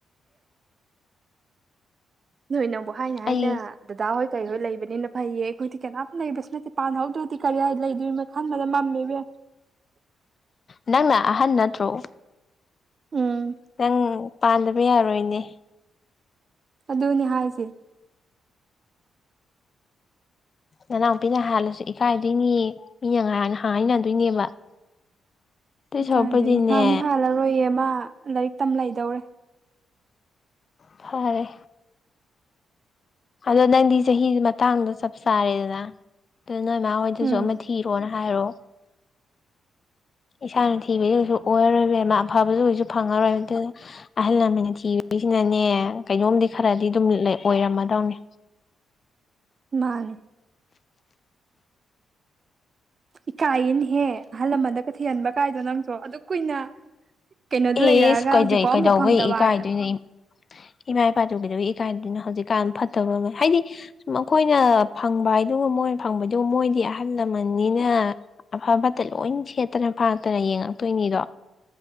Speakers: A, on the right; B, on the left.
A: ꯅꯣꯏꯅꯕꯨ ꯍꯥꯏꯅ ꯍꯥꯏꯅ
B: ꯑꯩ
A: ꯗꯗꯥ ꯍꯣꯏ ꯀꯩꯍꯣꯏ ꯂꯩꯕꯅꯤꯅ ꯐꯩꯌꯦ ꯑꯩꯈꯣꯏꯗꯤ ꯀꯅꯥꯝ ꯂꯩꯕꯁꯨ ꯅꯠꯇꯦ ꯄꯥꯟꯍꯧꯗ꯭ꯔꯗꯤ ꯀꯔꯥꯏ ꯂꯩꯗꯣꯏꯔꯤꯝꯅꯣ ꯈꯟꯕꯗ ꯃꯝꯃꯤ ꯏꯕꯦꯝ
B: ꯅꯪꯅ ꯑꯍꯟ ꯅꯠꯇ꯭ꯔꯣ
A: ꯎꯝ
B: ꯅꯪ ꯄꯥꯟꯗꯕ ꯌꯥꯔꯣꯏꯅꯦ
A: ꯑꯗꯨꯅꯦ ꯍꯥꯏꯁꯦ
B: ꯅꯅꯥꯎꯄꯤꯅ ꯍꯥꯜꯂꯁꯨ ꯏꯀꯥꯏꯗꯣꯏꯅꯤ ꯃꯤꯅ ꯉꯥꯏ <unintelligible> ꯍꯥꯏꯅꯗꯣꯏꯅꯦꯕ ꯑꯗꯨꯏ
A: ꯏꯀꯥꯏꯗꯣꯏꯅꯦ
B: ꯁꯔꯨꯛꯄꯨꯗꯤꯅꯦ
A: ꯍꯥꯟꯗꯤ ꯍꯥꯜꯂꯔꯣꯏꯌꯦ ꯃꯥ ꯂꯥꯏꯔꯤꯛ ꯇꯝ ꯂꯩꯗꯧꯔꯦ
B: ꯐꯔꯦ ꯑꯗꯣ ꯅꯪꯗꯤ ꯆꯍꯤꯖꯨ ꯃꯇꯥꯡꯗꯣ ꯆꯞ ꯆꯥꯔꯦꯗꯅ ꯑꯗꯨ ꯅꯣꯏ ꯏꯃꯥ ꯍꯣꯏꯗꯁꯨ
A: ꯎꯝ
B: ꯑꯃ ꯊꯤꯔꯣꯅ ꯍꯥꯏꯔꯣ ꯏꯁꯥꯅ ꯊꯤꯕꯖꯨ ꯀꯩꯁꯨ ꯑꯣꯏꯔꯔꯣꯏ ꯏꯕꯦꯝꯃ ꯑꯐꯕꯖꯨ ꯀꯩꯁꯨ ꯐꯪꯉꯔꯣꯏ ꯑꯗꯨ ꯑꯍꯜ ꯂꯃꯟꯅ ꯊꯤꯕꯖꯤꯅꯅꯦ ꯀꯩꯅꯣꯝꯗꯤ ꯈꯔꯗꯤ ꯑꯗꯨꯝ ꯂꯩ ꯑꯣꯏꯔꯝꯃꯗꯝꯅꯦ
A: ꯃꯥꯅꯤ ꯏꯀꯥꯏꯌꯦꯅꯦꯍꯦ ꯑꯍꯜ ꯂꯃꯟꯗꯒ ꯊꯤꯍꯟꯕ ꯀꯥꯏꯗꯣ ꯅꯪꯁꯨ ꯑꯗꯨꯛ ꯀꯨꯏꯅ ꯀꯩꯅꯣꯗ
B: ꯑꯦꯁ
A: ꯂꯩꯔꯛꯑꯒ
B: ꯀꯩꯗꯩ
A: ꯍꯧꯖꯤꯛꯐꯥꯎ
B: ꯀꯩꯗꯧꯕꯩ
A: ꯑꯃꯐꯥꯎ ꯐꯪꯗꯕ
B: ꯏꯀꯥꯏꯗꯣꯏꯅꯣ
A: ꯍꯥꯏꯗꯅ
B: ꯏꯃꯥ ꯏꯄꯥꯗꯕꯨ ꯀꯩꯗꯧꯕꯩ ꯏꯀꯥꯏꯗꯨꯏꯅꯣ ꯍꯧꯖꯤꯛꯀꯥꯟ ꯐꯠꯇꯕ ꯑꯃ ꯍꯥꯏꯗꯤ ꯁꯨꯝ ꯃꯈꯣꯏꯅ ꯐꯪꯕ ꯍꯥꯏꯗꯨꯒ ꯃꯣꯏꯅ ꯐꯪꯕꯩꯗꯨ ꯃꯣꯏꯗꯤ ꯑꯍꯜ ꯂꯃꯟꯅꯤꯅ ꯑꯐ ꯐꯠꯇ ꯂꯣꯏ ꯁꯦꯠꯇꯅ ꯐꯥꯛꯇꯅ ꯌꯦꯡꯉꯛꯇꯣꯏꯅꯤꯗꯣ